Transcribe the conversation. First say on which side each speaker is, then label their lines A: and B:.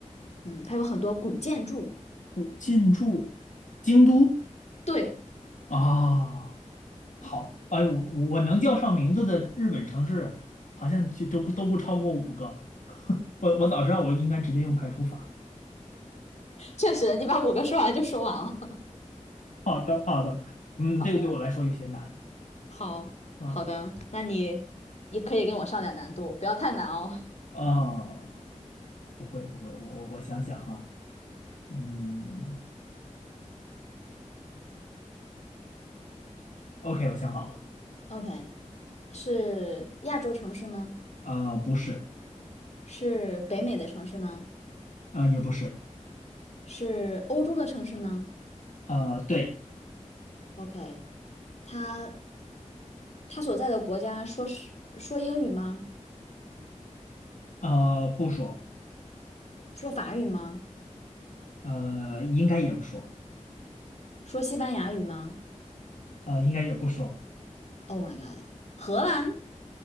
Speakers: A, on the left (about 60°); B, on the left (about 80°).
A: 嗯，它有很多古建筑。
B: 古建筑，京都
A: 对，
B: 啊。好，哎，我我能叫上名字的日本城市，好像就都不都不超过五个。<laughs> 我我早知道我应该直接用排除法。
A: 确实，你把五个说完就说完了。
B: 好的，好的，嗯，
A: <laughs> 好的，
B: 这个对我来说有些难
A: 好好的，
B: 啊
A: 那你也可以跟我上点难度，不要太难哦。
B: 啊，不会不会，我我我想想哈，嗯，OK，我想好了，
A: OK，是亚洲城市吗？
B: 呃，不是，
A: 是北美的城市吗？
B: 呃，也不是，
A: 是欧洲的城市吗
B: 呃，对，
A: ？OK，他他所在的国家说是说英语吗？
B: 呃，不说，
A: 说法语吗？
B: 呃，应该也不说，
A: 说西班牙语吗
B: 呃，应该也不说，
A: ？Oh my god！荷兰？